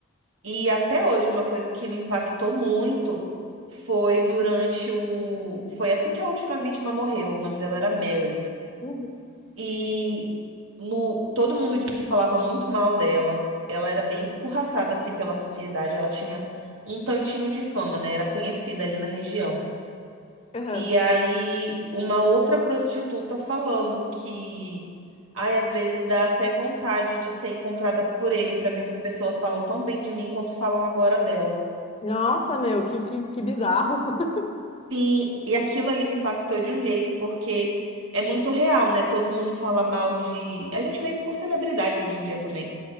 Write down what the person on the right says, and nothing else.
E até hoje, uma coisa que me impactou muito foi durante o. Foi assim que a última vítima morreu. O nome dela era Mary.
E no... todo mundo disse que falava muito mal dela. Ela era bem escorraçada assim pela sociedade. Ela tinha um tantinho de fama, né? Era conhecida ali na região.
E aí, uma outra prostituta falando que, ai, às vezes dá até vontade de ser encontrada por ele pra ver se as pessoas falam tão bem de mim quanto falam agora dela.
Sim, e aquilo ali me impactou de um jeito, porque é muito real, né? Todo mundo fala mal de. A gente vê isso por celebridade hoje em dia também.